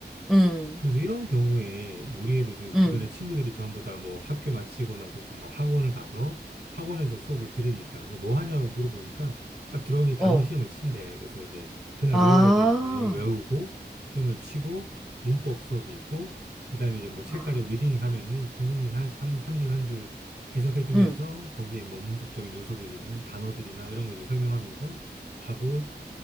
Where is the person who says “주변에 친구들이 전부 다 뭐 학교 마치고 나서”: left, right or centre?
Right